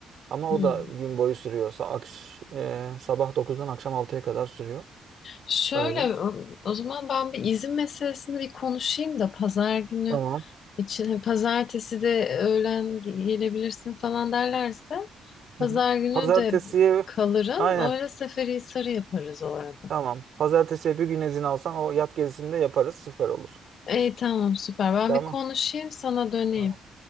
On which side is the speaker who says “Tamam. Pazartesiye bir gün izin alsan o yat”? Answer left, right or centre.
Right